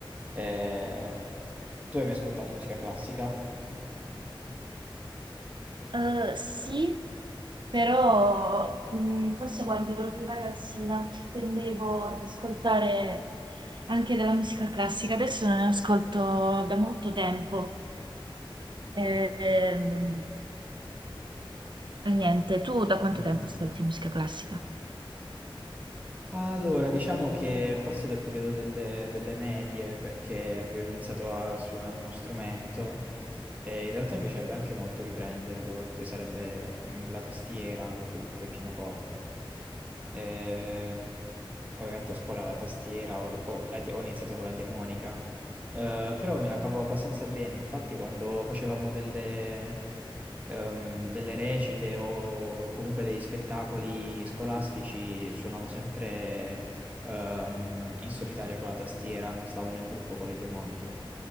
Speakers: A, on the right (about 15°); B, on the right (about 55°).
A: Eh, tu hai mai ascoltato musica classica?
B: Eh, sì, però mm, forse quando ero più ragazzina tendevo ad ascoltare anche della musica classica, adesso non ne ascolto da molto tempo. Eh, ehm, e niente, tu da quanto
A: Mm.
B: tempo ascolti musica classica?
A: Allora, diciamo che forse dal periodo delle, delle medie, perché avevo iniziato a suonare uno strumento, e in realtà mi piacerebbe anche molto riprenderlo, che sarebbe mm, la tastiera o comunque il pianoforte. Eh, ovviamente a scuola la tastiera ho, ho la di- ho iniziato con la diamonica, Eh, però me la cavo abbastanza bene. Infatti, quando facevamo delle, ehm, delle recite o comunque dei spettacoli scolastici, suonavo sempre ehm, in solitaria con la tastiera, non stavo nel gruppo con le diamoniche.